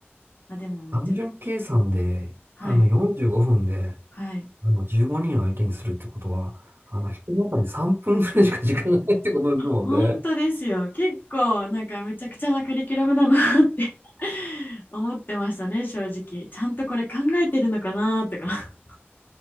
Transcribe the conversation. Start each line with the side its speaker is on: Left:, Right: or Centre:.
Left: まあ、でもめちゃくちゃ。
Right: 単純計算で、あの、
Left: はい。
Right: 45分で、
Left: はい。
Right: あの、15人を相手にするってことは、あの、一人当たり3分ぐらいしか時間がないってことですもんね。
Left: 本当ですよ。結構、なんかめちゃくちゃなカリキュラムだなって <laughs> 思ってましたね、正直。ちゃんとこれ考えてるのかなとか <laughs>